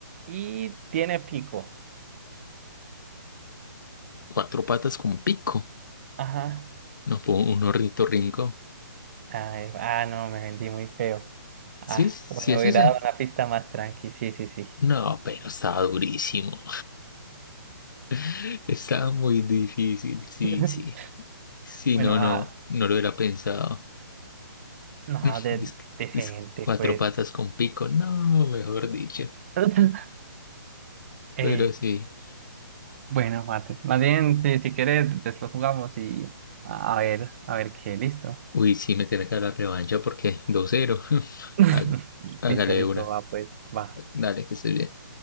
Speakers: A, on the right (about 40°); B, on the left (about 65°).
A: y tiene pico.
B: cuatro patas con pico.
A: Ajá.
B: No, po- un ornitorrinco.
A: Ay, ah, no, me vendí muy feo. Ah,
B: ¿Sí? es-
A: bueno,
B: ¿Sí es
A: hubiera
B: ese?
A: dado una pista más tranqui, sí, sí, sí.
B: No, pero estaba durísimo. <laughs> Estaba muy difícil, sí,
A: <laughs>
B: sí. Sí,
A: Bueno,
B: no, no,
A: ah,
B: no lo hubiera pensado.
A: no,
B: <laughs>
A: de,
B: Dis-
A: decente,
B: dis- cuatro
A: pues.
B: patas con pico, no, mejor dicho.
A: <laughs> Ey,
B: Pero sí.
A: bueno, mate. Más bien, si, si quieres, después jugamos y a a ver, a ver qué, listo.
B: Uy, sí, me tiene que dar la revancha porque dos cero <laughs>
A: <laughs>
B: Há- Hágale
A: Listo, listo,
B: una.
A: va, pues, va.
B: Dale, que estés bien.